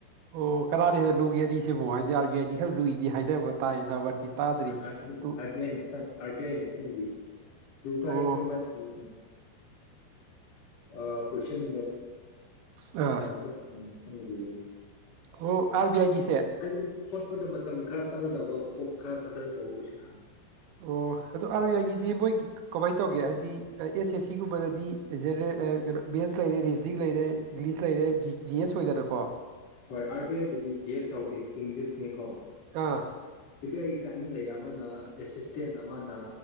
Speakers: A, on the right; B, on the left.
A: ꯑꯣ ꯀꯗꯥꯗꯤ ꯍꯗ ꯂꯨꯒꯦꯗꯤ ꯁꯤꯕꯨ ꯍꯥꯏꯗꯤ ꯑꯥꯔ ꯕꯤ ꯑꯥꯏꯗꯤ ꯈꯔ ꯂꯨꯏꯗꯤ ꯍꯥꯏꯅꯕ ꯇꯥꯏ ꯅꯝꯕꯔꯗꯤ ꯇꯥꯗ꯭ꯔꯤ
B: ꯑꯥꯔ ꯕꯤ
A: ꯂꯨ
B: ꯑꯥꯏꯅ ꯈꯤꯇꯪ ꯑꯥꯔ ꯕꯤ ꯑꯥꯏꯅ ꯈꯤꯇꯪ ꯂꯨꯏ ꯂꯨꯕ
A: ꯑꯣ
B: ꯍꯥꯏꯁꯦ ꯃꯥꯒꯤ ꯎ ꯑ ꯀ꯭ꯣꯏꯟ
A: ꯑꯥ
B: ꯣꯗ ꯐꯪꯗꯣꯏꯅꯤ
A: ꯑꯣ ꯑꯥꯔ ꯕꯤ ꯑꯥꯏꯒꯤꯁꯦ
B: ꯍꯥꯏꯕꯗꯤ ꯍꯣꯠꯄꯗ ꯃꯇꯝ ꯈꯔ ꯆꯪꯒꯗꯕ ꯀꯣꯛ ꯈꯔ ꯊꯥꯗꯒꯗꯕ ꯀꯣꯏꯁꯟ ꯍꯪꯉꯕ
A: ꯑꯣ ꯑꯗꯣ ꯑꯥꯔ ꯕꯤ ꯑꯥꯏꯒꯤꯁꯦ ꯃꯣꯏ ꯀꯃꯥꯏꯅ ꯇꯧꯒꯦ ꯍꯥꯏꯗꯤ ꯑꯦꯁ ꯑꯦꯁ ꯁꯤꯒꯨꯝꯕꯗꯗꯤ ꯖꯦꯅꯔꯦꯜ ꯀꯩꯅꯣ ꯕꯦꯟꯁ ꯂꯩꯔꯦ ꯔꯤꯖꯗꯤꯡ ꯂꯩꯔꯦ ꯏꯪꯂꯤꯁ ꯂꯩꯔꯦ ꯖꯤ ꯖꯤ ꯑꯦꯁ ꯑꯣꯏꯗꯅꯀꯣ
B: ꯍꯣꯏ ꯑꯥꯏ ꯕꯤ ꯑꯥꯏꯗꯗꯤ ꯖꯤ ꯑꯦꯁ ꯌꯥꯎꯗꯦ ꯏꯪꯂꯤꯁꯅꯤꯀꯣ
A: ꯑꯥ
B: ꯗꯤ ꯑꯩꯁꯦ ꯑꯅꯤ ꯂꯩꯌꯦ ꯑꯃꯅ ꯑꯦꯁꯤꯁꯇꯦꯟ ꯑꯃꯅ